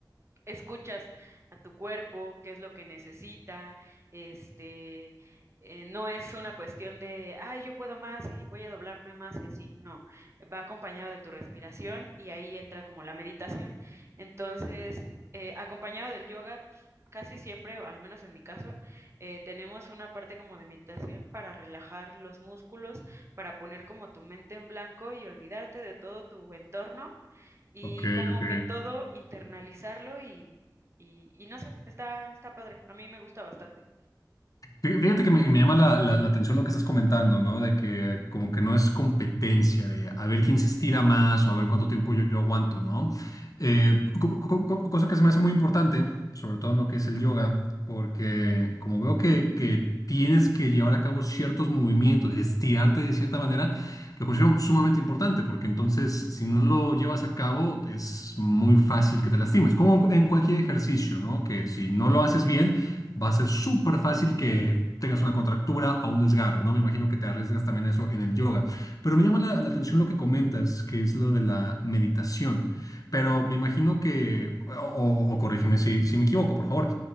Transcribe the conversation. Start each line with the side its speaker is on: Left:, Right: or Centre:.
Right: escuchas a tu cuerpo, qué es lo que necesita, este, eh, no es una cuestión de, ay, yo puedo más y voy a doblarme más y así, no, va acompañado de tu respiración y ahí entra como la meditación. Entonces, eh, acompañado del yoga, pues, casi siempre, o al menos en mi caso, eh, tenemos una parte como de meditación para relajar los músculos, para poner como tu mente en blanco y olvidarte de todo tu entorno y
Left: Ok,
Right: como
Left: ok.
Right: que todo internalizarlo y, y, y no sé, está, está padre, a mí me gusta bastante.
Left: Fí- Fíjate que me, me llama la, la- la atención lo que estás comentando, ¿no? De que como que no es competencia, de a ver quién se estira más o a ver cuánto tiempo yo, yo aguanto, ¿no? Eh, co- co- co- cosa que se me hace muy importante, sobre todo en lo que es el yoga, porque como veo que, que tienes que llevar a cabo ciertos movimientos y estirarte de cierta manera, lo considero sumamente importante porque entonces si no lo llevas a cabo es muy fácil que te lastimes, como en cu- en cualquier ejercicio, ¿no? Que si no lo haces bien va a ser súper fácil que tengas una contractura o un desgarre, ¿no? Me imagino que te arriesgas también a eso en el yoga. Pero me llama la, la atención lo que comentas, que es lo de la meditación. Pero me imagino que, o, o- o corrígeme si, si me equivoco, por favor,